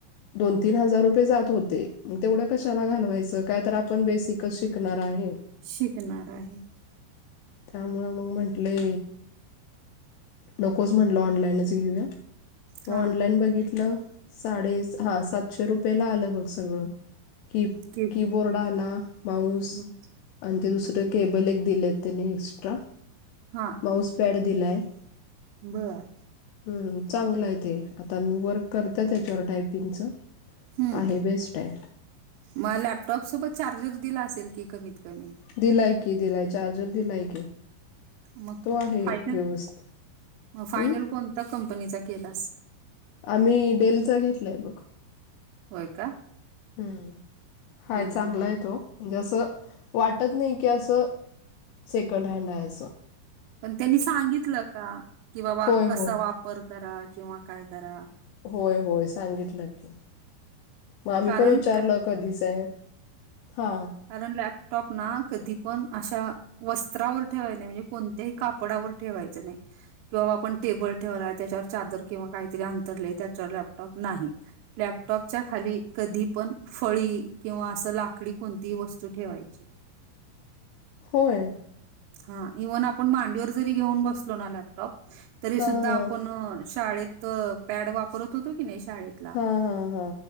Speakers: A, on the left (about 85°); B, on the right (about 85°).
A: दोन-तीन हजार रुपये जात होते. तेवढ कशाला घालवायच. काय तर आपण बेसिक शिकणार आहे.
B: शिकणार आहे.
A: त्यामुळ मग म्हटले नकोच म्हटल ऑनलाईनच घेऊया.
B: हा
A: ऑनलाईन बघितल. साडे हा सातशे रुपयेला आल बग सगळ. की-कीबोर्ड
B: कि
A: आला. माऊस
B: म
A: आणि ते दुसर केबल एक दिले त्यांनी एक्स्ट्रा.
B: हा
A: माऊसपॅड दिलाय.
B: बर
A: हम्म चांगल आहे ते. आता मी वर्क करते त्याच्यावर टायपिंगच.
B: हम्म
A: आहे बेस्ट आहे.
B: मग लॅपटॉप सोबत चार्जर दिला असेल की कमीत-कमी.
A: दिलाय की, दिलाय चार्जर दिलाय की.
B: मग
A: तो आहे
B: फायनल,
A: व्यवस्थित
B: मग फायनल
A: हम्म,
B: कोणत्या कंपनीचा केलास?
A: आम्ही डेलचा घेतलाय बघ.
B: होय का?
A: हम्म, हाय
B: हम्म
A: चांगला
B: हम्म
A: आहे
B: हम्म
A: तो. म्हणजे अस वाटत नाही की अस सेकंड हँड आहे अस.
B: पण त्यांनी सांगितल का कि बाबा
A: होय
B: कसा
A: होय
B: वापर करा. किंवा काय करा.
A: होय होय सांगितल की. मग आम्ही
B: कारण
A: पण विचारल कधीचा आहे? हा
B: आणि लॅपटॉप ना कधी पण अशा वस्त्रावर ठेवाय नाही. म्हणजे कोणत्याही कापडावर ठेवायच नाही. किंवा आपण टेबल ठेवलाय, त्याच्यावर चादर किंवा काहीतरी अंतरले त्याच्यावर लॅपटॉप नाही. लॅपटॉपच्या खाली कधी पण फळी, किंवा अस लाकडी कोणती ती वस्तू ठेवायची.
A: होय.
B: हा इव्हन आपण मांडीवर जरी घेऊन बसलो ना लॅपटॉप तरी
A: हां
B: सुद्धा
A: हां
B: आपण शाळेत पॅड वापरत होतो की नाही शाळेत.
A: हा हा हा